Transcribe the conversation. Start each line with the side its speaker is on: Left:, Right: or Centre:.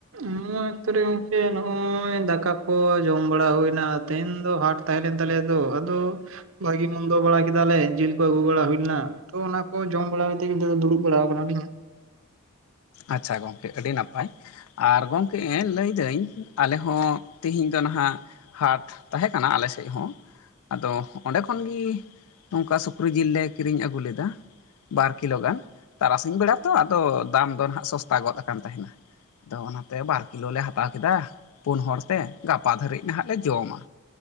Right: ᱱᱚᱣᱟ ᱚᱠᱛᱚ ᱨᱮ ᱜᱚᱝᱠᱮ ᱱᱚᱜᱼᱚᱭ ᱫᱟᱠᱟ ᱠᱚ ᱡᱚᱢ ᱵᱟᱲᱟ ᱦᱩᱭ ᱮᱱᱟ ᱛᱮᱦᱮᱧ ᱫᱚ ᱦᱟᱴ ᱛᱟᱦᱮ ᱞᱮᱱ ᱟᱛᱞᱮᱭᱟ ᱛᱚ ᱟᱫᱚ ᱵᱷᱟᱜᱤ ᱢᱚᱱᱫᱚ ᱵᱟᱲᱟ ᱠᱮᱫᱟᱞᱮ ᱡᱤᱞ ᱠᱚ ᱟᱹᱜᱩ ᱵᱟᱲᱟ ᱦᱩᱭ ᱞᱮᱱᱟ ᱛᱚ ᱚᱱᱟ ᱠᱚ ᱡᱚᱢ ᱵᱟᱲᱟ ᱠᱟᱛᱮ ᱫᱚ ᱫᱩᱲᱩᱵ ᱵᱟᱲᱟ ᱟᱠᱟᱱᱟ ᱞᱤᱧ
Left: ᱟᱪᱪᱷᱟ ᱜᱚᱝᱠᱮ ᱟᱹᱰᱤ ᱱᱟᱯᱟᱭ ᱟᱨ ᱜᱚᱢᱠᱮ ᱞᱟᱹᱭ ᱮᱫᱟᱹᱧ ᱟᱞᱮ ᱦᱚᱸ ᱛᱮᱦᱤᱧ ᱫᱚ ᱱᱟᱦᱟᱜ ᱦᱟᱴ ᱛᱟᱦᱮᱸ ᱠᱟᱱᱟ ᱟᱞᱮ ᱥᱮᱫ ᱦᱚᱸ ᱟᱫᱚ ᱚᱱᱰᱮ ᱠᱷᱚᱱᱜᱮ ᱱᱚᱝᱠᱟ ᱥᱩᱠᱨᱤ ᱡᱤᱞ ᱞᱮ ᱠᱤᱨᱤᱧ ᱟᱹᱜᱩ ᱞᱮᱫᱟ ᱵᱟᱨ ᱠᱤᱞᱳ ᱜᱟᱱ ᱛᱟᱨᱟᱥᱤᱧ ᱵᱮᱲᱟ ᱛᱚ ᱟᱫᱚ ᱫᱟᱢ ᱫᱚ ᱱᱟᱜ ᱥᱚᱥᱛᱟ ᱜᱚᱫ ᱟᱠᱟᱱ ᱛᱟᱦᱮᱱᱟ ᱟᱫᱚ ᱚᱱᱟᱛᱮ ᱵᱟᱨ ᱠᱤᱞᱳ ᱞᱮ ᱦᱟᱛᱟᱣ ᱠᱮᱫᱟ ᱯᱩᱱ ᱦᱚᱲ ᱛᱮ ᱜᱟᱯᱟ ᱫᱷᱟᱹᱨᱤᱡ ᱱᱟᱦᱟᱜ ᱞᱮ ᱡᱚᱢᱟ